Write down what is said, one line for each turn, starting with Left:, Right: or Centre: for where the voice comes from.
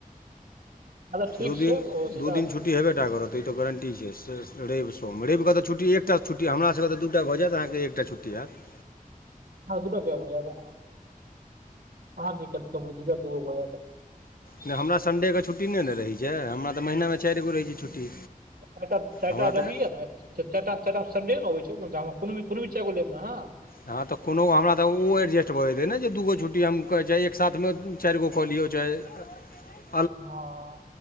Right: अच्छा ठीक
Left: दू
Right: छै
Left: दिन,
Right: उस हिसाब
Left: दू दिन छुट्टी हेबे टा करत तऽ ई तऽ गारंटी छै से रवि सो रव कऽ तऽ छुट्ट एकटा छुट्ट हमरासभके तऽ दूटा भऽ जायत अहाँके एकटा छुट्टी होयत। <inaudible>
Right: हँ दूटा क्य हो जागा ह ककत कम दूटा दूगो हो जागा।
Left: नहि हमरा सडेके छुट्टी नहि ने रहैत छै हमरा तऽ महिनामे चारि गो रहैत छै छुट्टी।
Right: सटा चटा
Left: हमरा
Right: रहिय
Left: तऽ
Right: ने। त चारटास्नडे ने अबै छै कोनो भी कोनो भी चगो लेब ने ह।
Left: हँ तऽ कोनो हमरा तऽ ओ एडजस्ट भऽ जेतै ने जे दूगो छुट्टी हम कहै चाहे एक साथमे चार गो कऽ लियौ चाहे। त <unintelligible>
Right: हँ